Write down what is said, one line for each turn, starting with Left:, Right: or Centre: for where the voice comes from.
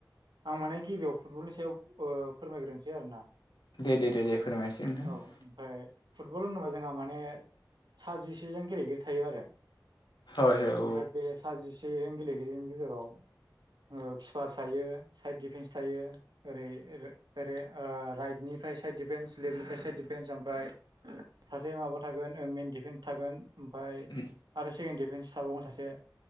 Right: आं माने गिबियाव फुटबलनि सायाव ओ फोरमायग्रोनोसै आरो ना।
Left: दे दे दे फोरमायसै नोंथां
Right: औ ओमफाय फुटबल होनोबा जोंहा माने सा जिसे जोन गेलेगिरि थायो आरो।
Left: हय हय औ
Right: ओमफ्राय बे सा जिसे जोन गेलेगिरिनि गेजेराव ओ किपार थायो साइड डिफेन्स थायो ओरै ओरै ओ राइटनि फ्राय साइड डिफेन्स लेफ्टनिफाय साइड डिफेन्स ओमफाय सासे माबा थागोन ओ मेन डिफेन थागोन। ओमफाय
Left: उम
Right: आरो सेकेणड डिफेन्स थाबावगोन सासे